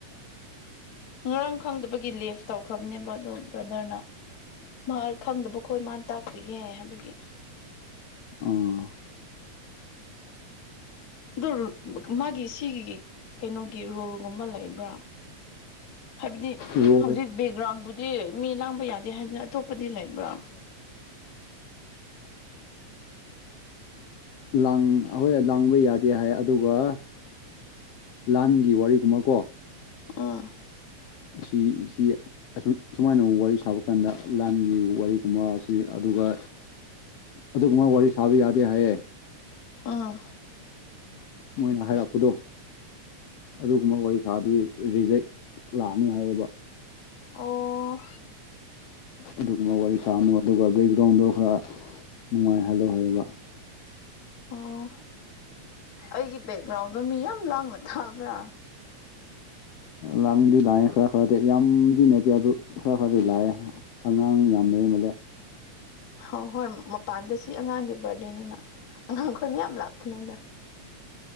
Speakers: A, on the left (about 65°); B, on the left (about 85°).
A: ꯉꯔꯥꯡ ꯈꯪꯗꯕꯒꯤ ꯂꯦꯐ ꯇꯧꯈ꯭ꯔꯕꯅꯦꯕ ꯑꯗꯣ ꯕ꯭ꯔꯗꯔꯅ ꯃꯥ ꯈꯪꯗꯕꯈꯣꯏ ꯃꯥꯅ ꯇꯥꯛꯄꯤꯒꯦ ꯍꯥꯏꯕꯒꯤ
B: ꯎꯝ
A: ꯑꯗꯨ ꯃꯥꯒꯤ ꯁꯤꯒꯤ ꯀꯩꯅꯣꯒꯤ ꯔꯨꯜꯒꯨꯝꯕ ꯂꯩꯕ꯭ꯔꯥ ꯍꯥꯏꯕꯗꯤ
B: ꯔꯣꯜ
A: ꯍꯧꯖꯤꯛ ꯕꯦꯛꯒ꯭ꯔꯥꯎꯟꯕꯨꯗꯤ ꯃꯤ ꯂꯥꯡꯕ ꯌꯥꯗꯦ ꯍꯥꯏꯗꯅ ꯑꯇꯣꯞꯄꯗꯤ ꯂꯩꯕ꯭ꯔꯥ
B: ꯂꯥꯡ ꯍꯣꯏ ꯂꯥꯡꯕ ꯌꯥꯗꯦ ꯍꯥꯏ ꯑꯗꯨꯒ ꯂꯥꯟꯒꯤ ꯋꯥꯔꯤꯒꯨꯝꯕ ꯀꯣ
A: ꯑꯥ
B: ꯑꯁꯤ ꯁꯤ ꯁꯨꯃꯥꯏꯅ ꯋꯥꯔꯤ ꯁꯥꯕ ꯀꯥꯟꯗ ꯂꯥꯟꯒꯤ ꯋꯥꯔꯤꯒꯨꯝꯕ ꯑꯁꯤ ꯑꯗꯨꯒ ꯑꯗꯨꯒꯨꯝꯕ ꯋꯥꯔꯤ ꯁꯥꯕ ꯌꯥꯗꯦ ꯍꯥꯏꯌꯦ
A: ꯑꯥ
B: ꯃꯣꯏꯅ ꯍꯥꯏꯔꯛꯄꯗꯣ ꯑꯗꯨꯒꯨꯝꯕ ꯋꯥꯔꯤ ꯁꯥꯗꯤ ꯔꯤꯖꯦꯛ ꯂꯥꯛꯑꯅꯤ ꯍꯥꯏꯌꯦꯕ
A: ꯑꯣ
B: ꯑꯗꯨꯒꯨꯝꯕ ꯋꯥꯔꯤ ꯁꯥꯅꯨ ꯑꯗꯨꯒ ꯕꯦꯛꯒ꯭ꯔꯥꯎꯟꯗꯣ ꯈꯔ ꯅꯨꯡꯉꯥꯏꯍꯜꯂꯨ ꯍꯥꯏꯌꯦꯕ
A: ꯑꯣ ꯑꯩꯒꯤ ꯕꯦꯛꯒ꯭ꯔꯥꯎꯟꯗꯣ ꯃꯤ ꯌꯥꯝ ꯂꯥꯡꯅ ꯊꯥꯕ꯭ꯔꯥ
B: ꯂꯥꯡꯕꯗꯤ ꯂꯥꯡꯑꯦ ꯈꯔ ꯈꯔꯗꯤ ꯌꯥꯝꯗꯤ ꯅꯗꯦ ꯑꯗꯨ ꯈꯔ ꯈꯔꯗꯤ ꯂꯥꯑꯦ ꯑꯉꯥꯡ ꯌꯥꯝ ꯂꯩꯩꯃꯂꯦ
A: ꯍ ꯍꯣꯏ ꯃꯄꯥꯟꯗ ꯁꯤ ꯑꯉꯥꯡꯒꯤ ꯕꯥꯔꯗꯦꯅꯤꯅ ꯑꯉꯥꯡꯈꯣꯏ ꯃꯌꯥꯝ ꯂꯥꯛꯄꯅꯤꯗ